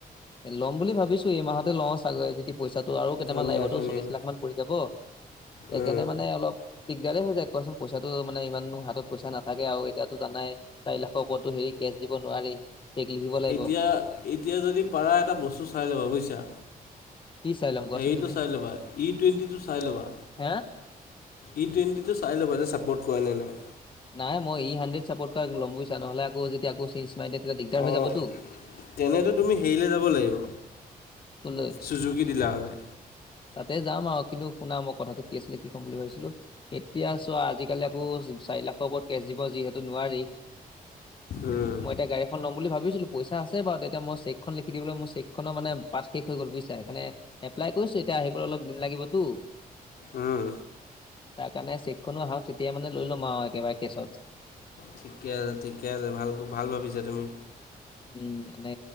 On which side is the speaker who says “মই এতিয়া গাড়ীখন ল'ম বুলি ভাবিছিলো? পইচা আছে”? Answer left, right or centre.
Left